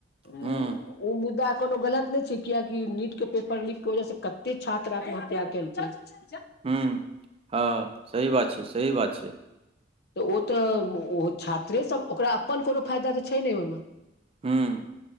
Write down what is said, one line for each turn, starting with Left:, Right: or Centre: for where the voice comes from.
Left: हु
Right: हूँ
Left: ओ मुद्दा कोनो गलत नहि छै। कियकि नीट के पेपर लक वजह से कते छात्रा आत्महत्या केलकै- -
Right: हूँ, हँ सही बात छै -सही बात छै।
Left: तऽ ओ तऽ ओ छात्रेसभ ओकरा अपन कोनो फायदा तऽ छै नहि ओहिमे- -
Right: हूँ